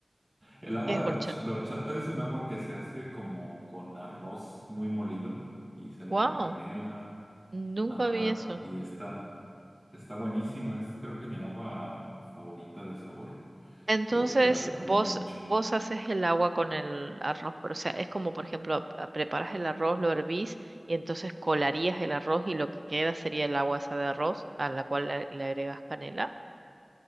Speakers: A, on the right; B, on the right.
A: el agua
B: ¿Qué es horchata?
A: de horch- de horchata es un agua que se hace como con arroz muy molido y se le
B: Wow,
A: pone canela,
B: nunca
A: ajá,
B: vi eso.
A: y está... Está buenísima, es creo que mi agua favorita de sabor.
B: Entonces,
A: Eh, te la recomiendo
B: vos,
A: mucho.
B: vos haces el agua con el arroz, pero o sea, es como, por ejemplo, a- a- preparas el arroz, lo hervís y entonces colarías el arroz y lo que queda sería el agua esa de arroz a la cual le, le agregas canela.